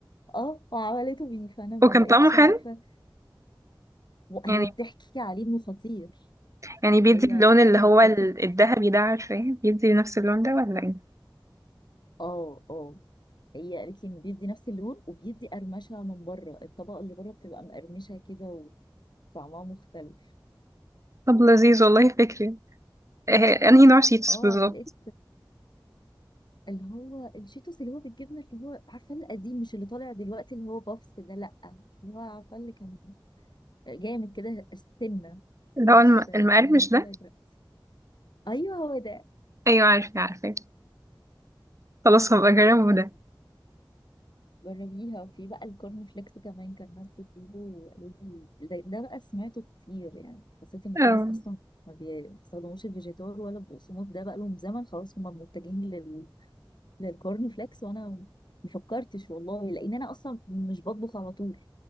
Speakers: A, on the left; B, on the right.
A: اه وعملته بيه فانا ما
B: وكان
A: بقتش
B: طعمه حلو
A: عارفه وهي
B: يعني
A: بتحكي عليه انه خطير
B: يعني بيدي
A: هي
B: اللون
A: بتقول
B: اللي
A: لي
B: هو
A: ده
B: ال-
A: خطير
B: الذهبي ده عارفاه بيدي نفس اللون ده ولا ايه
A: اه اه هي قالت لي انه بيدي نفس اللون وبيدي قرمشه من بره الطبقه اللي بره بتبقى مقرمشه كده وطعمها مختلف
B: طب لذيذ والله فكري آه، انهي نوع شيتوس
A: اه
B: بالظبط
A: انا لقيت اللي هو الشيتوس اللي هو بالجبنه اللي هو عارفه القديم مش اللي طالع دلوقتي اللي هو بافس ده لا اللي هو عارفه اللي كان جامد كده السنه
B: اللي
A: مش
B: هو الم- المقرمش
A: زي اللي طالع
B: ده
A: دلوقتي ايوه هو ده
B: ايوه عارفه عارفه خلاص هبقى اجربه
A: بس
B: ده
A: جربيها وفي بقى الكورن فليكس كمان كان ناس بتجيبه وقالوا لي ده ده بقى سمعته كتير يعني حسيت ان في
B: اه
A: ناس اصلا ما بي- بيستخدموش الفيجيتار ولا البقسماط ده بقى لهم زمن خلاص هم متجهين لل... للكورن فليكس وانا ما فكرتش والله لان انا اصلا مش بطبخ على طول